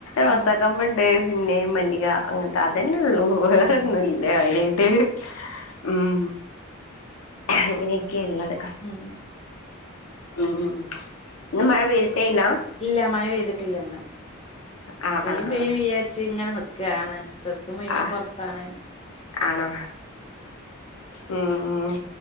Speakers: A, on the left; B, on the left.
A: റോസാ
B: ആഹ്
A: കൊമ്പ് ഇണ്ട് പിന്നെ മല്ലികാ അങ്ങെൻത്തെ അതെന്നെ ഒള്ളു വെറെ
B: ഏഹ്
A: ഒന്നും ഇല്ലാ കാര്യായിട്ട് ഉം അങ്ങനെയെക്കെ ഇള്ളെത്.
B: ഉം
A: ഉം ഇന്ന് മഴ പെയ്തിട്ടെ ഇല്ലാ
B: ഇല്ല മഴ പെയ്തിട്ട് ഇല്ല ഇന്ന്
A: ആഹ്
B: പെയ്യും
A: ആഹ്
B: പെയ്യും
A: ആഹ്
B: വിചാരിച്ച് ഇങ്ങനെ നിക്ക് ക്കാണ് ഡ്രസ്സും മുഴ്‌വെനും
A: ആഹ്
B: പൊർത്താണ്
A: ആണോ? ഉം ഉം